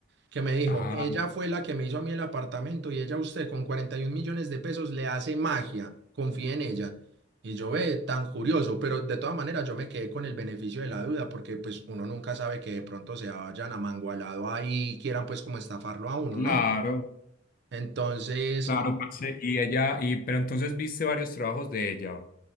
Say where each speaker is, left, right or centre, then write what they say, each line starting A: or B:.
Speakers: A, on the right; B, on the left.
A: que me dijo,
B: Ah,
A: ella fue la que me hizo a mí el apartamento y ella a usted con 41 millones de pesos le hace magia, confíe en ella. Y yo ve tan curioso, pero de todas maneras yo me quedé con el beneficio de la duda porque pues uno nunca sabe que de pronto se vayan amangualado ahí y quieran pues como estafarlo a uno,
B: claro,
A: ¿no? Entonces,
B: claro, parce. Y ella, y pero entonces viste varios trabajos de ella.